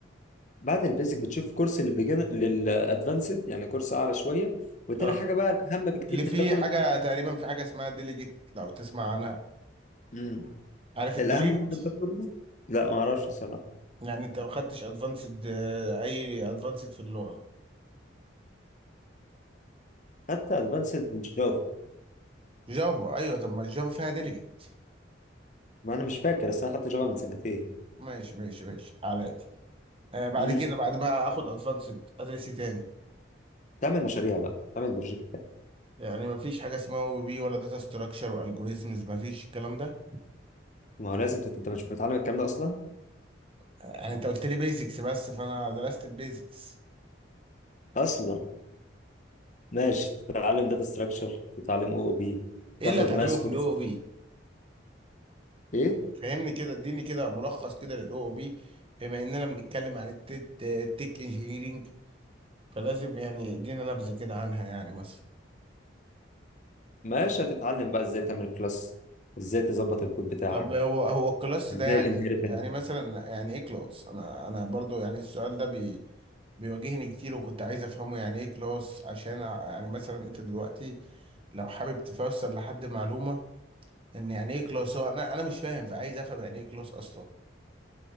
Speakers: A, on the left; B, on the right.
A: بعد البيزك بتشوف كورس للبيجن للادفانسد يعني كورس اعلى شويه وتاني
B: اه
A: حاجه بقى الاهم بكتير
B: اللي فيه
A: من ده كله
B: حاجه
A: طبعاً-
B: تقريبا في حاجه اسمها ديليجيت لو تسمع عنها
A: امم
B: عارف الديليجيت
A: الاهم بقى من ده كله لا ما اعرفش الصراحه
B: يعني انت ما خدتش ادفانسد اي ادفانسد في اللغه
A: حتى ادفانسد من جافا
B: جافا ايوه طب ما الجافا فيها ديليجيت
A: ما انا مش فاكر اصل انا خدت جافا من سنتين
B: ماشي ماشي ماشي على دي آه بعد
A: امم
B: كده بعد ما اخد ادفانسد ادرس إيه تاني
A: تعمل مشاريع بقى تعمل بروجكتات
B: يعني ما فيش حاجه اسمها او بي بي ولا داتا ستراكشر والجوريزمز ما فيش الكلام ده
A: ما هو لازم تت... انت مش متعلم الكلام ده اصلا
B: يعني انت قلت لي بيزكس بس فانا درست البيزكس
A: اصلا ماشي تتعلم داتا ستراكشر تتعلم او او بي
B: ايه
A: تاخد
B: اللي اتعلمه
A: ماس
B: في
A: كورس
B: الاو بي
A: ايه
B: فهمني كده اديني كده ملخص كده للاو او بي بما اننا بنتكلم عن التك التك انجينيرينج فلازم يعني ادينا نبذه كده عنها يعني مثلا
A: ماشي هتتعلم بقى ازاي تعمل كلاس ازاي تظبط الكود بتاعك
B: طب هو هو الكلاس
A: ازاي
B: ده يعني
A: الانهيرتنس
B: يعني مثلا يعني ايه كلاس انا انا برضو يعني السؤال ده بي بيواجهني كتير وكنت عايز افهمه يعني ايه كلاس عشان ع- يعني مثلا انت دلوقتي لو حابب تفسر لحد معلومه ان يعني ايه كلاس هو انا انا مش فاهم فعايز افهم يعني ايه كلاس اصلا